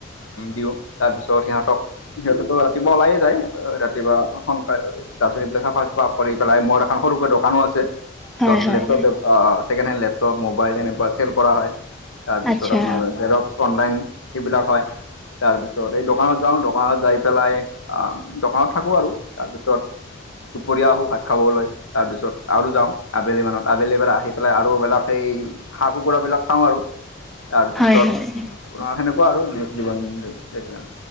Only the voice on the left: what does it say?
দিওঁ তাৰপিছত সিহঁতক। সিহঁতেতো ৰাতিপুৱা ওলাইে যায় ৰাতিপুৱা সোনকালে তাৰপিছত এইফিলাক চাফা চফা কৰি পেলাই মোৰ এখন সৰুকৈ দোকানো আছে।
য'ত
laptop second hand laptop mobile এনেকুৱা চেল কৰা হয়। তাৰপিছত
আপোনাৰ জেৰক্স অনলাইন সেইবিলাক হয়। তাৰপিছত এই দোকানত যাওঁ দোকানত যাই পেলাই দোকানত থাকোঁ আৰু তাৰপিছত দুপৰীয়া আহোঁ ভাত খাবলৈ। তাৰ পিছত আৰু যাওঁ আবেলি মানত আবেলি পৰা আহি পেলাই আৰুবিলাক সেই হাঁহ কুকুৰা বিলাক চাওঁ আৰু তাৰ পিছত
আপোনাৰ সেনেকুৱা আৰু জীৱন